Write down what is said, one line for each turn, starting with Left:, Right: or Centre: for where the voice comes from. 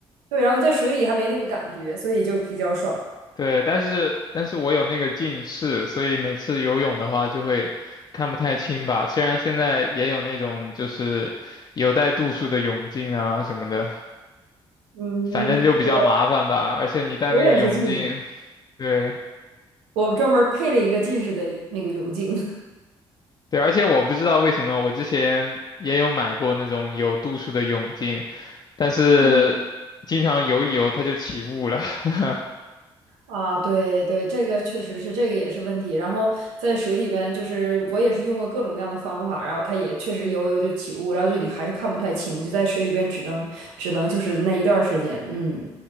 Right: 对，然后你在水里还没那个感觉，所以就比较爽。
Left: 对，但是但是我有那个近视，所以每次游泳的话就会看不太清吧。虽然现在也有那种就是有带度数的泳镜啊什么的，
Right: 嗯，
Left: 反正就比较麻烦吧。
Right: 我
Left: 而且你戴那个泳镜，
Right: 我也是近视，
Left: 对
Right: 我专门配了一个近视的那个泳镜。<laughs>
Left: 对，而且我不知道为什么我之前也有买过那种有度数的泳镜，但是经常游一游它就起雾了。
Right: 嗯。
Left: <laughs>
Right: 啊，对对，这个确实是，这个也是问题。然后在水里边，就是我也是用过各种各样的方法，然后它也确实游游就起雾，然后就你还是看不太清，就在水里边只能只能就是那一段儿时间，嗯，